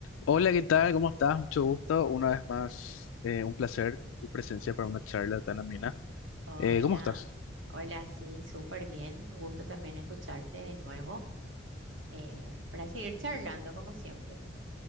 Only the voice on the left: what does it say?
Hola, ¿qué tal? ¿Cómo estás? Mucho gusto. Una vez más, eh, un placer tu presencia para una charla tan amena.
Eh, ¿cómo estás?